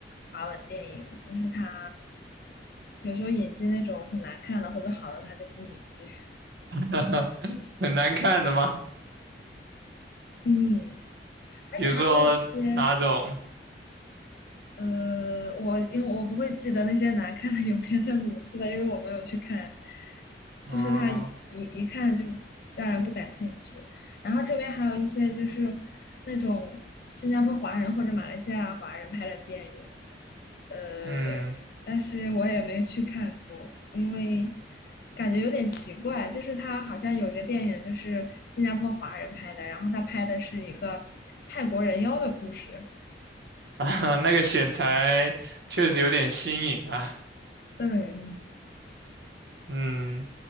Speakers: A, on the left (about 55°); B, on the right (about 70°).
A: 华文电影，就是他有时候引进那种很难看的或者好的，他就不引进。
B: <laughs> 很难看的吗？
A: <laughs> 嗯，而且还有一些
B: 比如说哪种？
A: 呃，我因为我不会记得那些难看的影片的名字的，因为我没有去看，就是它一一看就
B: 啊？
A: 让人不感兴趣。然后这边还有一些就是那种新加坡华人或者马来西亚华人拍的电影，呃，
B: 嗯，
A: 但是我也没去看过，因为感觉有点奇怪，就是他好像有一个电影就是新加坡华人拍的，然后他拍的是一个泰国人妖的故事，
B: <laughs> 那个选材确实有点新颖啊。
A: 对。
B: 嗯，